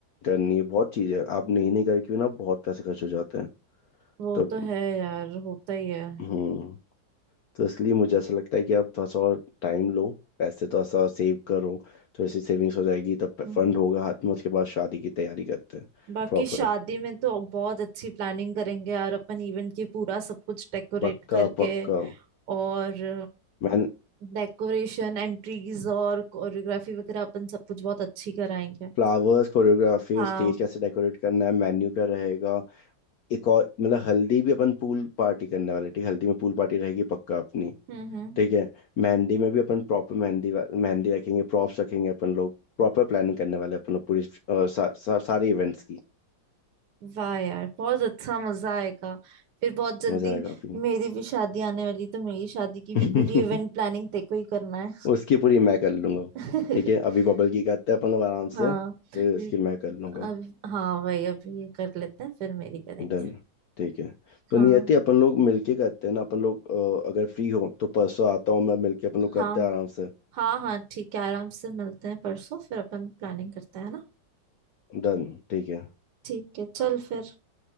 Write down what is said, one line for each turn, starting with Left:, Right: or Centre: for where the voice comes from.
Left: करनी है बहुत चीज़ें आप नहीं नहीं करके भी ना बहुत पैसे खर्च हो जाते हैं
Right: वो
Left: तो
Right: तो है यार होता ही है
Left: हम्म तो इसलिए मुझे ऐसा लगता है कि आप थोड़ा सा और टाइम लो पैसे थोड़ा सा सेव करो तो ऐसी सेविंग्स हो जाएगी तब
Right: हम्म।
Left: फंड होगा हाथ में उसके बाद शादी की तैयारी करते हैं
Right: बाकी
Left: प्रॉपर
Right: शादी में तो बहुत अच्छी प्लानिंग करेंगे यार अपन इवेंट की पूरा सब कुछ डेकोरेट
Left: पक्का
Right: करके
Left: पक्का
Right: और
Left: मैंने
Right: डेकोरेशन एंट्रीज और कोरियोग्राफी वगैरह अपन सब कुछ बहुत अच्छी कराएंगे
Left: फ्लावर्स कोरियोग्राफी
Right: हाँ
Left: स्टेज कैसे डेकोरेट करना है मेन्यू क्या रहेगा एक और मतलब हल्दी भी अपन पूल पार्टी करने वाले ठीक है? हल्दी में पूल पार्टी रहेगी पक्का अपनी
Right: हम्म हम्म।
Left: ठीक है मेहंदी में भी अपन प्रॉपर मेहंदी वा- मेहंदी रखेंगे प्रॉप्स रखेंगे अपन लोग प्रॉपर प्लानिंग करने वाले हैं अपन लोग पूरी अ, सा, सा, सारे इवेंट्स की
Right: वाह यार बहुत अच्छा मजा आएगा फिर बहुत जल्दी
Left: मजा आएगा काफी
Right: मेरी भी शादी आने वाली तो मेरी शादी की भी
Left: <laughs>
Right: पूरी इवेंट प्लानिंग तेको ही करना
Left: उसकी पूरी मैं कर लूंगा
Right: है
Left: ठीक
Right: <laughs>
Left: है अभी बबल की करते हैं अपन लोग आराम
Right: हाँ
Left: से फिर उसकी
Right: ये-
Left: मैं कर लूंगा
Right: अब हाँ वही अब ये कर लेते हैं फिर मेरी करेंगे
Left: डन ठीक है तो
Right: हाँ
Left: नियति अपन लोग मिलके करते हैं ना अपन लोग अ, अगर फ्री हो तो परसों आता हूँ मैं मिलके अपन लोग करते
Right: हाँ
Left: हैं आराम से
Right: हाँ हाँ ठीक है आराम से मिलते हैं परसों फिर अपन प्लानिंग करते हैं ना
Left: डन ठीक है
Right: ठीक है चल फिर